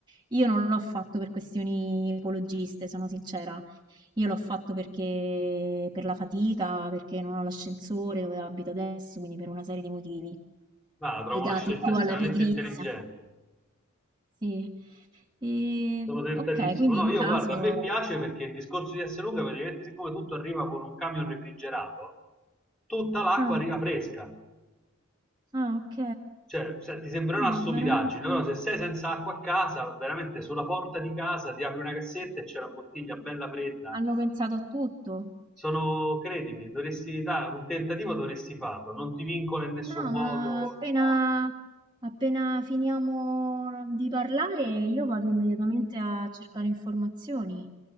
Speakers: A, on the right; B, in the centre.
A: Io non l'ho fatto per questioni ecologiste, sono sincera. Io l'ho fatto perché per la fatica, perché non ho l'ascensore dove abito adesso, quindi per una serie di motivi
B: Ah, la trovo
A: legati
B: una scelta
A: più
B: estremamente
A: alla pigrizia.
B: intelligente.
A: Sì. E,
B: Sono tentatissimo.
A: ok, quindi
B: No,
A: in
B: io
A: caso...
B: guarda, a me piace perché il discorso di Esselunga praticamente, siccome tutto arriva con un camion refrigerato, tutta l'acqua
A: Ah,
B: arriva fresca.
A: ah, ok.
B: Cioè, se- ti sembrerà
A: No,
B: una stupidaggine,
A: veramente
B: però se sei senza acqua a casa, veramente sulla porta di casa ti apri una cassetta e c'è la bottiglia bella fredda.
A: hanno pensato a tutto.
B: Sono, credimi, dovresti dare un tentativo, dovresti farlo. Non ti vincola in nessun
A: No,
B: modo.
A: ma appena, appena finiamo di parlare, io vado immediatamente a cercare informazioni,